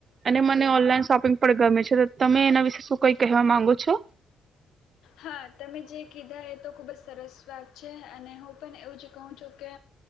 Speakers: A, on the right; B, on the left.
A: અને મને ઓનલાઈન શોપિંગ પણ ગમે છે, તો તમે એના વિશે શું કઈ કહેવા માંગો છો.
B: હા તમે જે કીધા એ તો ખૂબ જ સરસ વાત છે અને હું પણ એવું જ કહું છું કે